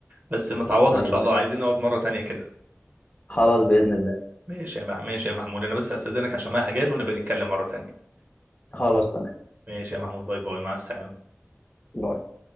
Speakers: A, on the right (about 40°); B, on the left (about 35°).
A: بس متعوضه
B: أيوه
A: ان شاء الله
B: أيوة.
A: عايزين نقعد مره تانية كده
B: خلاص بإذن الله
A: ماشي يا مع- ماشي يا محمود انا بس استاذنك عشان معايا حاجات ونبقى نتكلم مره تانية
B: خلاص تمام
A: ماشي يا محمود باي باي مع السلامه
B: باي